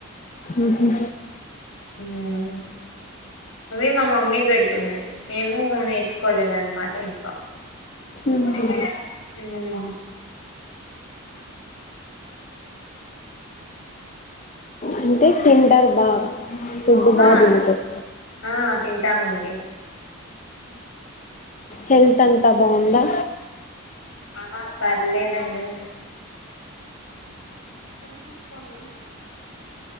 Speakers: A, on the left (about 35°); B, on the left (about 75°).
A: ఉహు.
B: ఉమ్. అవి మా మమ్మీ పెడుతుంది మేము నేర్చుకోలేదన్నమాట ఇంకా.
A: ఉహు
B: ఉమ్.
A: అంటే తింటార్ బాగా ఫుడ్ బాగా
B: ఆ
A: తింటారు.
B: ఆ తింటామండి.
A: హెల్త్ అంతా బాగుందా.
B: ఆహ్ పర్లేదండి. హెల్ప్ తీస్కోవాలి.